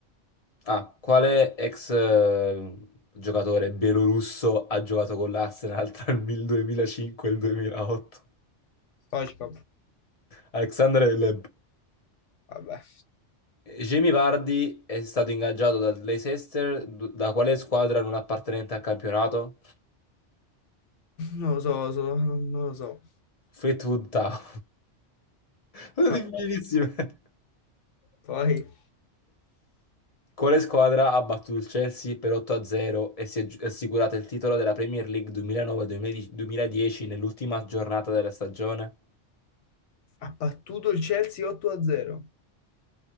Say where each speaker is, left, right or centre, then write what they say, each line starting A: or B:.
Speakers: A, on the left; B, on the left.
A: Ah, quale ex eh, giocatore belorusso ha giocato con l'Arsenal tra il 2005 e il 2008?
B: Stoichkov?
A: <laughs> Alexander Leb.
B: Vabbè.
A: Jamie Vardy è stato ingaggiato dal Leicester, d- da quale squadra non appartenente al campionato?
B: Non lo so, so- non non lo so.
A: Fleetwood Town. <laughs> Sono difficilissime.
B: Vabbè. Poi
A: Quale squadra ha battuto il Chelsea per 8-0 e si è gi- assicurata il titolo della Premier League 2009-2010 nell'ultima giornata della stagione?
B: ha battuto il Chelsea 8-0,